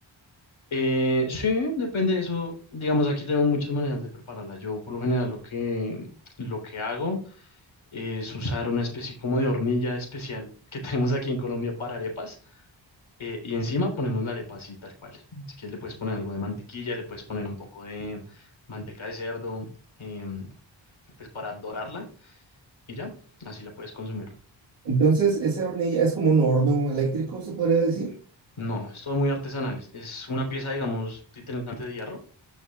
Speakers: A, on the left (about 80°); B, on the right (about 65°).
A: eh, sí, depende de eso. Digamos, aquí tenemos muchas maneras de prepararla. Yo por lo general lo que, lo que hago es usar una especie como de hornilla especial que <laughs> tenemos aquí en Colombia para arepas eh, y encima ponemos la arepa así tal cual. Si quieres le puedes poner algo de mantequilla, le puedes poner un poco de manteca de cerdo, em, pues para dorarla y ya, así la puedes consumir.
B: Entonces, esa hornilla es como un horno eléctrico, se podría decir.
A: No, es todo muy artesanal. Es una pieza, digamos, literalmente de hierro